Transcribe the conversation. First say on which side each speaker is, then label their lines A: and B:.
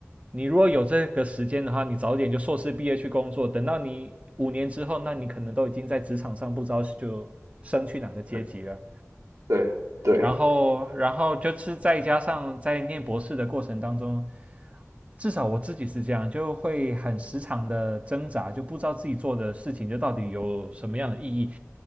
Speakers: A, on the right; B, on the right.
A: 你如果有这个时间的话，你早点就硕士毕业去工作，等到你五年之后，那你可能都已经在职场上不知道就升去哪个阶级了。
B: 对对对，
A: 然后，然后就是再加上在念博士的过程当中，至少我自己是这样，就会很时常的挣扎，就不知道自己做的事情就到底有什么样的意义，